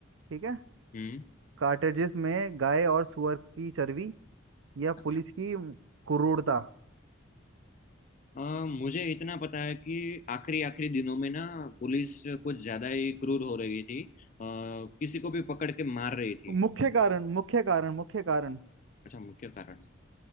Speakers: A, on the right; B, on the left.
A: ठीक है
B: हम्म
A: कार्टेजेस में गाय और सुअर की चर्बी या
B: अच्छा
A: पुलिस की क्रूरता
B: अ, मुझे इतना पता है कि आखिरी आखिरी दिनों में ना पुलिस कुछ ज्यादा ही क्रूर हो रही थी अ, किसी को भी पकड़ के मार रही थी
A: मुख्य कारण मुख्य कारण मुख्य कारण
B: अच्छा मुख्य कारण